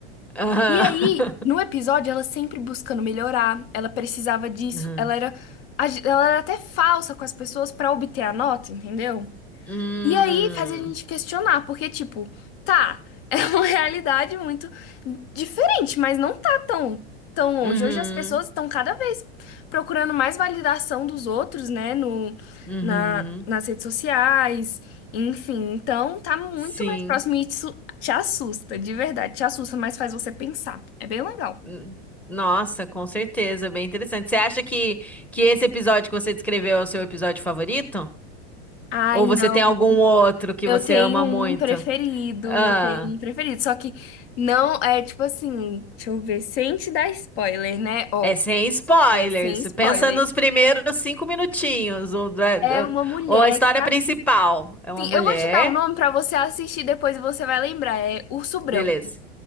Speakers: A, in the centre; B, on the left (about 60°).
A: Aham.
B: E aí,
A: <laughs>
B: no episódio, ela sempre buscando melhorar, ela precisava disso,
A: Uhum.
B: ela era, ela era até falsa com as pessoas para obter a nota, entendeu?
A: Hum.
B: E aí faz a gente questionar, porque, tipo, tá, <laughs> é uma realidade muito diferente, mas não tá tão, tão
A: Uhum.
B: longe. Hoje as pessoas estão cada vez procurando mais validação dos outros, né, no,
A: Uhum.
B: na, nas redes sociais, enfim. Então, tá muito
A: Sim.
B: mais próximo e isso te assusta, de verdade, te assusta, mas faz você pensar. É bem legal.
A: Hum. Nossa, com certeza, bem interessante. Você acha que, que esse episódio que você descreveu é o seu episódio favorito?
B: Ai,
A: Ou
B: não.
A: você tem algum outro que
B: Eu
A: você
B: tenho
A: ama
B: um
A: muito?
B: preferido,
A: Ah,
B: tenho um preferido, só que não é tipo assim, deixa eu ver, sem te dar spoiler, né? Ó,
A: é sem spoilers.
B: é sem spoiler.
A: Pensa nos primeiros cinco minutinhos. Ou, da- da-
B: É uma mulher
A: ou a história
B: que
A: principal. É uma
B: assim,
A: mulher.
B: eu vou te dar o nome pra você assistir depois e você vai lembrar, é Urso Branco.
A: Beleza.